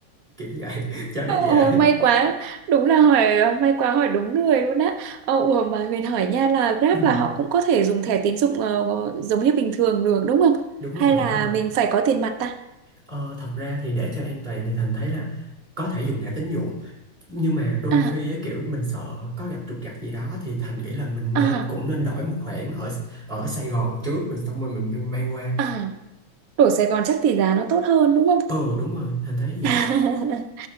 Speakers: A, on the right (about 25°); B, on the right (about 80°).
A: kiểu vậy <laughs> cho để dễ
B: Ôi may quá, đúng là hỏi ờ, may quá hỏi đúng người luôn á. Ờ, ủa mà mình hỏi nha là Grab
A: Ừ,
B: là họ cũng có thể dùng thẻ tín dụng ờ, giống như bình thường được đúng không?
A: đúng
B: Hay
A: rồi
B: là
A: đúng rồi
B: mình phải có tiền mặt ta?
A: ờ, thật ra thì để cho an toàn thì Thành thấy là có thể dùng thẻ tín dụng nhưng mà đôi
B: À,
A: khi á, kiểu mình sợ có gặp trục trặc gì đó thì Thành nghĩ là mình
B: à.
A: nên cũng nên đổi một khoản ở ở Sài Gòn trước rồi xong rồi mình mang qua
B: À, đổi Sài Gòn chắc tỷ giá nó tốt hơn đúng không?
A: ừ đúng rồi Thành thấy vậy
B: <laughs>